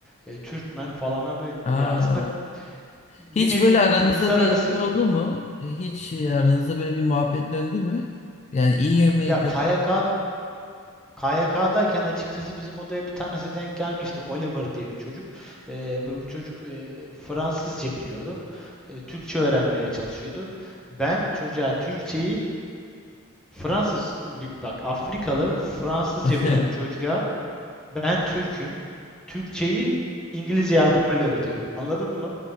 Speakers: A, in the centre; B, on the left.
A: e, Türkmen falan böyle.
B: Aa.
A: Ya aslında bir
B: Hiç
A: nevi
B: böyle aranızda
A: uluslararası
B: bir şey oldu
A: <laughs>
B: mu? E, Hiç aranızda böyle bir muhabbet döndü mü? Yani iyi yemeği
A: ya KYK
B: kötü mü?
A: KYK'dayken açıkçası bizim odaya bir tanesi denk gelmişti. Oliver diye bir çocuk. Ee, bu bu çocuk e, Fransızca biliyordu. E, Türkçe öğrenmeye çalışıyordu. Ben çocuğa Türkçeyi Fransız bi- bak Afrikalı Fransızca
B: <laughs>
A: bilen çocuğa ben Türk'üm. Türkçeyi İngilizce yardımıyla öğretiyordum. Anladın mı?